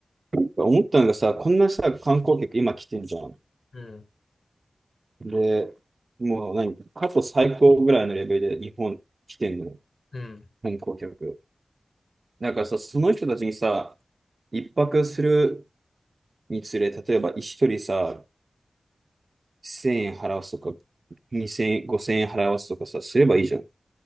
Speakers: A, on the right; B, on the left.
A: なんか思ったのがさ、こんなさ、観光客今来てんじゃん。
B: うん。
A: で、もう何、過去最高ぐらいのレベルで日本来てんの、
B: うん。
A: 観光客。だからさ、その人たちにさ、一泊するにつれ、例えば一人さ、1000円払わすとか、2000 5000円払わすとかさ、すればいいじゃん。